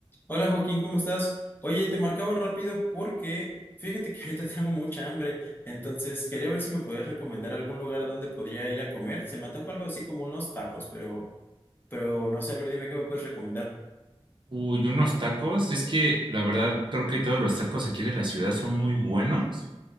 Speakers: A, on the left; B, on the right.
A: Hola Joaquín, ¿cómo estás? Oye, te marcaba rápido porque fíjate que ahorita <laughs> tengo mucha hambre, entonces quería ver si me podías recomendar algún lugar a donde podría ir a comer. Se me antojó algo así como unos tacos, pero, pero no sé, a ver, dime qué me puedes recomendar.
B: Uy, unos tacos. Es que la verdad creo que todos los tacos aquí de la ciudad son muy buenos.